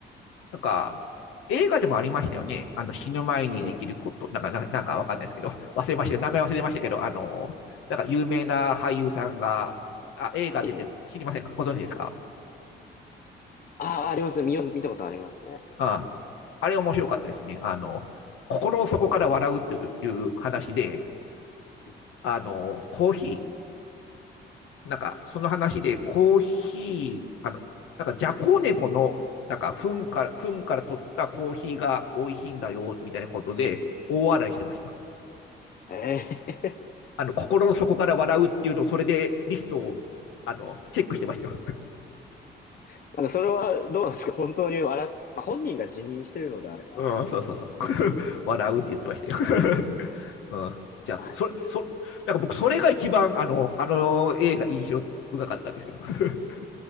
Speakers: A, on the left (about 85°); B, on the left (about 45°).
A: なんか、映画でもありましたよね。あの、死ぬ前にできること、
B: ええ、
A: なんか、ななんかわかんないですけど、忘れました。名前忘れましたけど、あの、なんか有名な俳優さんが、あ、映画出てる知りませんかご存知ですか
B: ええ、ああ、あります。見よ、見たことありますね。
A: ああれ面白かったですね。あの、心の底から笑うっていう話で、
B: うん
A: あの、コーヒー、なんか、その話で、コーヒー、あの、なんか、ジャコネコの、なんか、糞から、糞から取ったコーヒーが美味しいんだよ、みたいなことで、大笑いしてましたよ。
B: ええ、
A: あの、心の底から笑うっていうのを、それでリストを、あの、チェックしてましたよ。
B: <laughs> なんかそれはどうなんですか本当に笑っ、まあ、本人が辞任してるのであれば、
A: うん、そうそうそうそう。<laughs> 笑うって言ってましたよ。<laughs> うん。じゃあ、
B: まあでもそ
A: それ、そ、なんか僕、それが一番、あの、あの映画印象深かったんですよ。<laughs>